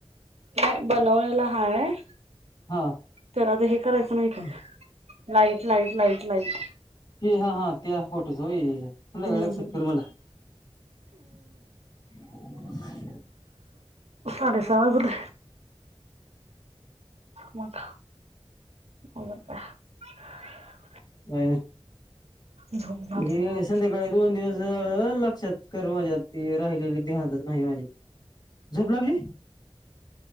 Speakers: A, on the right (about 80°); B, on the left (about 40°).
A: नाही बनवलेला हाय-
B: हा.
A: त्याला तर हे करायचं नाही का, लाईट, लाईट, लाईट, लाईट.
B: ते हा, हा, त्या फोटोच व्हय. का
A: हम्म
B: लक्षात करू मला <unintelligible>
A: साडे सहा वाजले. म का म का <inaudible> <unintelligible>
B: अ
A: झोप झाली
B: ज
A: नाही आज
B: संध्याकाळी <unintelligible> दोन दिवस लक्षात कर माझ्या, ती राहिलेली ध्यानातच नाही माझ्या. झोप लागली?